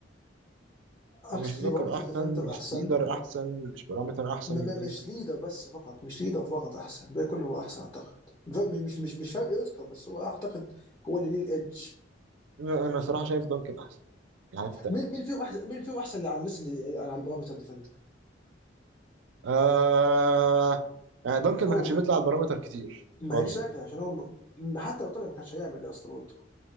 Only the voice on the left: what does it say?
اكشلي
بارامتر
ديفندر
احسن
ما
ما
مش ليدر بس فقط مش ليدر فقط احسن الباقي كله هو احسن اعتقد فاهم؟ مش مش مش فارق يذكر بس هو اعتقد هو اللي ليه الادج
مين مين فيهم احسن مين فيهم احسن اللي على الناس اللي على البارامتر ديفندر
هو
مايك
شاكلي عشان هو م- م- حتى لو طلع ما كانش هيعمل يا اسطى برضه